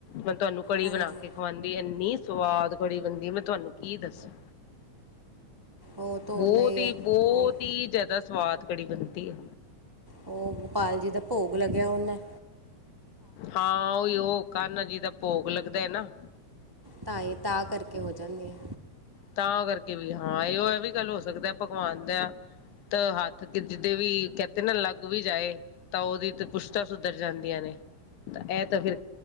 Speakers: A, on the left; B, on the right.
A: ਮੈਂ ਤੁਹਾਨੂੰ ਕੜੀ
B: ਹਾਂਜੀ
A: ਬਣਾ ਕੇ ਖਵਾਂਦੀ। ਇੰਨੀ ਸਵਾਦ ਕੜੀ ਬਣਦੀ ਮੈਂ ਤੁਹਾਨੂੰ ਕੀ ਦੱਸਾ।
B: ਉਹ ਤਾਂ
A: ਬਹੁਤ
B: ਓਨਾ
A: ਹੀ
B: ਹੈ
A: ਬਹੁਤ
B: ਉਹ
A: ਹੀ ਜ਼ਿਆਦਾ ਸਵਾਦ ਕੜੀ ਬਣਦੀ ਆ।
B: ਉਹ ਗੋਪਾਲ ਜੀ ਦਾ ਭੋਗ ਲੱਗਿਆ ਉਹਨੂੰ
A: ਹਾਂ ਓਹੀਓ ਕਾਣਾ ਜੀ ਦਾ ਭੋਗ ਲੱਗਦਾ ਨਾ।
B: ਤਾਂ ਹੀ ਤਾਂ ਕਰਕੇ ਹੋ ਜਾਂਦੇ ਆ।
A: ਤਾਂ ਕਰਕੇ ਵੀ ਹਾਂ ਇਹੋ ਵੀ ਗੱਲ ਹੋ ਸਕਦਾ ਭਗਵਾਨ ਦਾ। ਤਾਂ ਹੱਥ ਜਿਦੇ ਵੀ ਕਹਿੰਦੇ ਨਾ ਲੱਗ ਵੀ ਜਾਏ ਤਾਂ ਉਹਦੀ ਤੇ ਪੁਸ਼ਤਾ ਸੁਧਰ ਜਾਂਦੀਆਂ ਨੇ ਤਾਂ ਇਹ ਤਾਂ ਫਿਰ